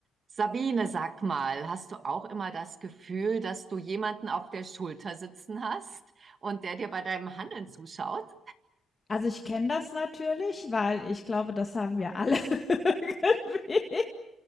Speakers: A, on the right; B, on the left.
A: Sabine, sag mal, hast du auch immer das Gefühl, dass du jemanden auf der Schulter sitzen hast und der dir bei deinem Handeln zuschaut?
B: Also, ich kenne das natürlich, weil ich glaube, das haben wir alle <laughs> irgendwie.